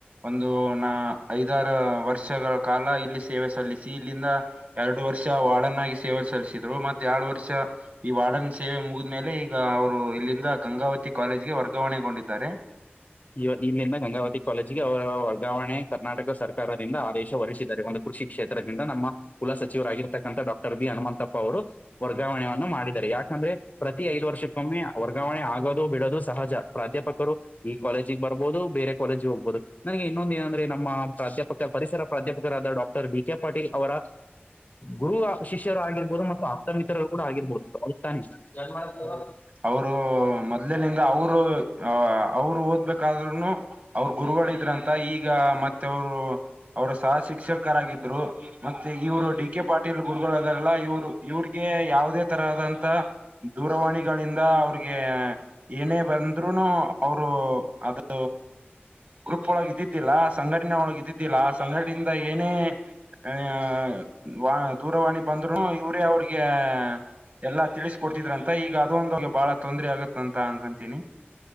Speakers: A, on the right; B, on the left.
A: ಒಂದು ನಾ ಐದಾರು ವರ್ಷಗಳ ಕಾಲ ಇಲ್ಲಿ ಸೇವೆ ಸಲ್ಲಿಸಿ ಇಲ್ಲಿಂದ ಎರಡು ವರ್ಷ ವಾರ್ಡನ್ ಆಗಿ ಸೇವೆ ಸಲ್ಲಿಸಿದ್ರು ಮತ್ತೆ ಎರಡ್ ವರ್ಷ ಈ ವಾರ್ಡನ್ ಸೇವೆ ಮುಗಿದ- ಮೇಲೆ ಈಗ ಅವರು ಇಲ್ಲಿಂದ ಗಂಗಾವತಿ ಕಾಲೇಜ್ಗೆ ವರ್ಗಾವಣೆಗೊಂಡಿದ್ದಾರೆ.
B: ಇವ ಇಲ್ಲಿಂದ ಗಂಗಾವತಿ ಕಾಲೇಜ್ಗೆ ಅವರ ವರ್ಗಾವಣೆ ಕರ್ನಾಟಕ ಸರ್ಕಾರದಿಂದ ಆದೇಶ ಹೊರಿಸಿದ್ದಾರೆ ಒಂದು ಕೃಷಿ ಕ್ಷೇತ್ರದಿಂದ ನಮ್ಮ ಕುಲ ಸಚಿವರಾಗಿರ್ತಕ್ಕಂಥ ಡಾಕ್ಟರ್ ಬಿ ಹನುಮಂತಪ್ಪ ಅವರು ವರ್ಗಾವಣೆನ್ನು ಮಾಡಿದ್ದಾರೆ ಯಾಕಂದ್ರೆ? ಪ್ರತಿ ಐದ ವರ್ಷಕ್ಕೊಮ್ಮೆ ವರ್ಗಾವಣೆ ಆಗೋದು ಬಿಡೋದು ಸಹಜ ಪ್ರಾಧ್ಯಾಪಕರು ಈ ಕಾಲೇಜಿಗೆ ಬರ್ಬಹುದು ಬೇರೆ ಕಾಲೇಜಿಗೆ ಹೋಗ್ಬಹುದು ನನಗೆ ಇನ್ನೊಂದ ಏನಂದ್ರೆ ನಮ್ಮ ಪ್ರಾಧ್ಯಾಪಕ ಪರಿಸರ ಪ್ರಾಧ್ಯಾಪಕರಾದ ಡಾ. ಬಿ ಕೆ ಪಾಟೀಲ್ ಅವರ ಗುರು ಶಿಷ್ಯರು ಆಗಿರ್ಬೋದು ಮತ್ತು ಆಪ್ತ ಮಿತ್ರರು ಕೂಡ ಆಗಿರ್ಬೋದು ಅ ತಾನಿ ನ್ ಮಾಡಕ <unintelligible>
A: ಅವರು ಇಲ್ಲಿನಂದ ಅವರು ಅವ್ರು ಓದ್ಬೇಕಾದ್ರುನು ಅವರು ಗುರುಗಳ ಇದ್ರಂತ ಮ ಈಗ ಮತ್ತೆ ಅವರು ಅವರ ಸಹ ಶಿಕ್ಷಕರಾಗಿದ್ರು ಮತ್ತೆ ಇವರು ಡಿ ಕೆ ಪಾಟೀಲ್ ಗುರುಗಳು ಅದಾರಲ್ಲ ಇವ್ರು ಇವ್ರಿಗೆ ಯಾವುದೇ ತರದಂತ ದೂರವಾಣಿಗಳಿಂದ ಅವ್ರಿಗೆ ಏನೇ ಬಂದ್ರುನು ಅವರು ಅದು ಗ್ರೂಪ್ ಒಳಗೆ ಇದ್ದಿದ್ದಿಲ್ಲ ಸಂಘಟ ಗ್ದಿದ್ದಿಲ್ಲ ಆ ಸಂಘಟೆಯಿಂದ ಏನೇ <unintelligible> <unintelligible> ದೂರವಾಣಿ ಬಂದ್ರು ಇವರೇ ಅವ್ರಿಗೆ ಎಲ್ಲಾ ತಿಳಿಸ ಕೊಡ್ತಿದ್ರಂತ ಈಗ ಅದೊಂದು ಬಾಳ ತೊಂದ್ರೆ ಆಗತ್ತ ಅಂತ ಅನ್ಕೊಂತೀನಿ